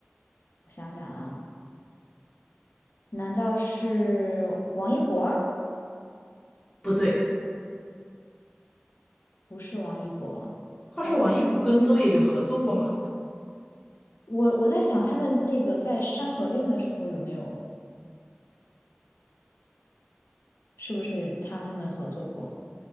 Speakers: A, on the left (about 65°); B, on the left (about 25°).
A: 我想想啊，难道是王一博？
B: 不对。
A: 不是王一博，
B: 话说王一博跟周也有合作过吗？
A: 嗯，我我在想他们那个在《山河令》的时候有没有？是不是他他们合作过？